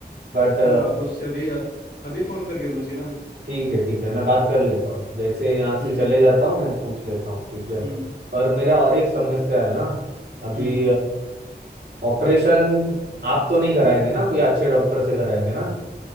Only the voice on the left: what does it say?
हाँ आप उससे अभी अभी फोन करके पूछिए ना
हम्म
हम्म
हम्म